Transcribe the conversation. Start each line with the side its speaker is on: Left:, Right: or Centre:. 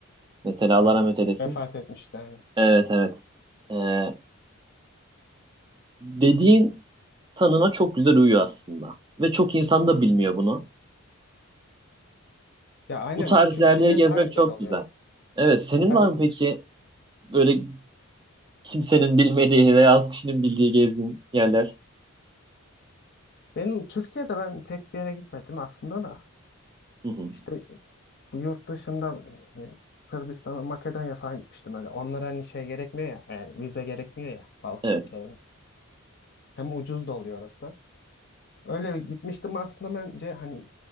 Right: Mesela Allah
Left: Ha,
Right: rahmet eylesin.
Left: vefat etmişti yani.
Right: Evet, evet. Eee, dediğin tanıma çok güzel uyuyor aslında. Ve çok insan da bilmiyor bunu.
Left: Ya aynen
Right: Bu tarz
Left: küçük
Right: yerleri
Left: şehir
Right: gezmek
Left: daha güzel
Right: çok
Left: oluyor.
Right: güzel. Evet, senin
Left: Ben,
Right: var mı peki böyle kimsenin bilmediği veya az kişinin bildiği gezdiğin yerler?
Left: benim Türkiye'de ben pek bir yere gitmedim aslında da.
Right: Hı hı.
Left: İşte Bu yurt dışında e, e, Sırbistan'a, Makedonya falan gitmiştim öyle. Onlara hani şey gerekmiyor ya, e, vize gerekmiyor ya Balkan
Right: Evet.
Left: ülkelerine. Hem ucuz da oluyor orası. Öyle bir gitmiştim aslında bence hani